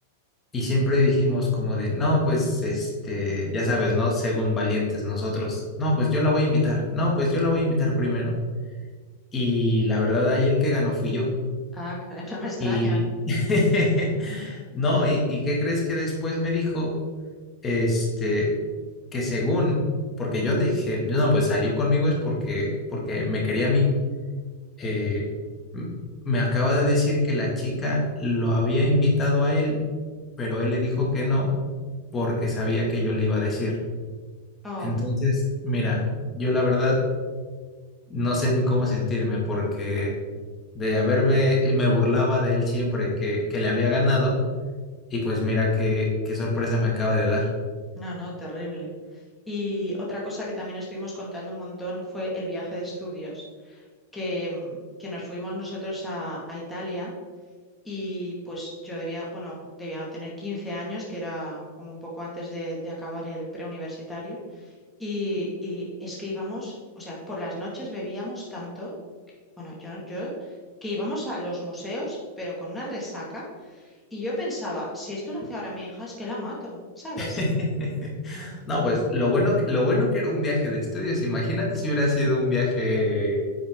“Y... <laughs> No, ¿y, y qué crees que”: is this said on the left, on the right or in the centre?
Left